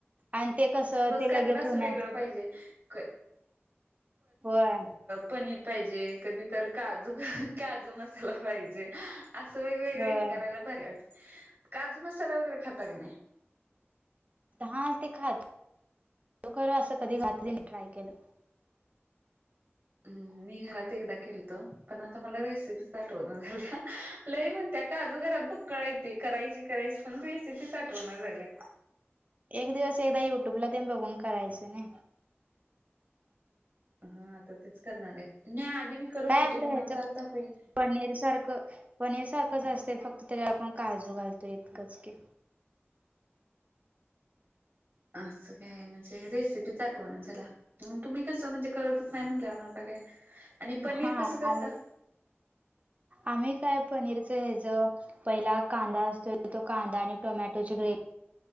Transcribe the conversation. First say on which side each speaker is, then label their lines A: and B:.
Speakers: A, on the right; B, on the right.
A: आणि ते कस ते
B: काय
A: लगेच
B: तर असं
A: होण्याचं.
B: वेगळं प
A: होय
B: पनीर पाहिजे कधी तर काजू काजू मस् पाहिजे असं वेगवेगळ
A: होय
B: हिकाला भारी वाटतं. काजू मसाला वगैरे खाता काी नाही.
A: हा ते खात त खर असं कधी खात तेी ट्राय केलं.
B: हम्म मी घरात एकदा गेलतो पण आता मला रेसिपी आठव ना झाल्या. लय म्हणत्या का आज घरात बक् कळायती करायची करायची पण त रेसिपी साठवणार झाल्या.
A: एक दिवस एकदा युट्यूबला ते बघून करायच ना.
B: हा आता तेच करणार आहे न्या आधी मी करत
A: काय
B: होते
A: आपलं
B: पण
A: ह्याचं
B: आता आता होई.
A: पनीर सारखं पनीर सारखंच असत फक्त तरी आपण काजू घालतो इतकंच की
B: असं काय म्ह रेसिपी चचाटो म्हणूनुंला तुम्ही कसं म्हणजे करतच नाही म्हटलं ना आता काय आणि पनीर
A: हा
B: कसं करता.
A: आणि आम्ही काय पनीरच हच. पहिला कांदा असतो तो कांदा आणि टोमॅटोची ग्रेव.